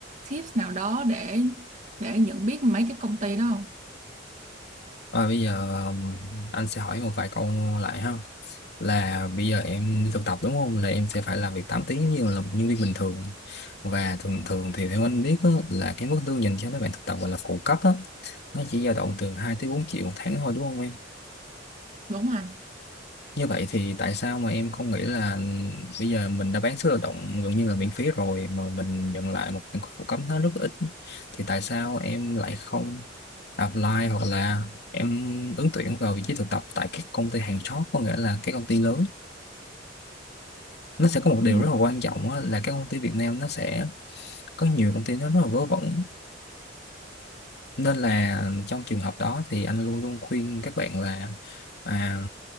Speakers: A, on the right; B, on the left.
A: tips nào đó để để nhận biết mấy cái công ty đó không
B: Rồi bây giờ um, anh sẽ hỏi một vài câu lại ha. Là bây giờ em đi thực tập đúng không? Là em sẽ phải làm việc 8 tiếng như là một nhân viên bình thường. Và thường thường thì theo anh biết á, là cái mức lương dành cho mấy bạn thực tập gọi là phụ cấp á, nó chỉ dao động từ 2 tới 4 triệu một tháng thôi đúng không em?
A: đúng không anh
B: Như vậy thì tại sao mà em không nghĩ là ừ, bây giờ mình đã bán sức lao động gần như là miễn phí rồi mà mình nhận lại một khoản phụ cấp nó rất ít thì tại sao em lại không apply hoặc là em ứng tuyển vào vị trí thực tập tại các công ty hàng chót có nghĩa là các công ty lớn nó sẽ có một điều
A: Ừ.
B: rất là quan trọng á, là các công ty Việt Nam nó sẽ có nhiều công ty nó rất là vớ vẩn nên là trong trường hợp đó thì anh luôn luôn khuyên các bạn là à,